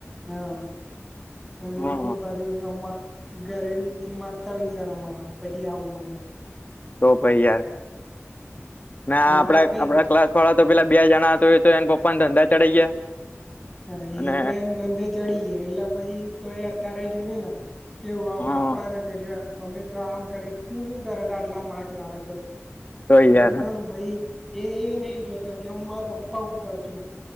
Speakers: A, in the centre; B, on the left.
A: હા અને એમાં
B: હા
A: બી પાછું અમ ઘરે થી માંગતા વિચારો માં પછી આવું મળે
B: તો ભાઈ યાર ના
A: પણ
B: આપડા
A: હવે કઈ
B: આપડા ક્લાસ વાળા તો પેલા બે જણા તો એ તો એને પપ્પા ને ધંધા ચઢાઈ ગયા
A: હા
B: અને
A: એ તો એમ ધંધે ચડી ગયા એટલે પછી તો એ અત્યારે જોયું ને કેવું આમ
B: હા
A: આપણાને કે અમે તો આમ કરી તું શું કરે તો આટલો માર્ક લાવે તો
B: તો
A: અરે
B: યાર
A: પણ હ ભાઈ એ એ નહી જોતો કે હું મારા પપ્પા ઉપર છું